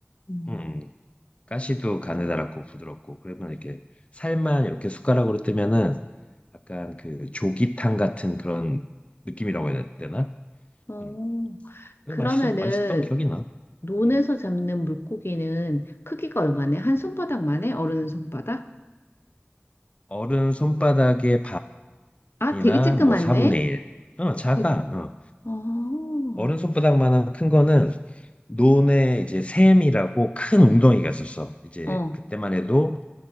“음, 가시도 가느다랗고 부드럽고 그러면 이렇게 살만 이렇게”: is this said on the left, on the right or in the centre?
Left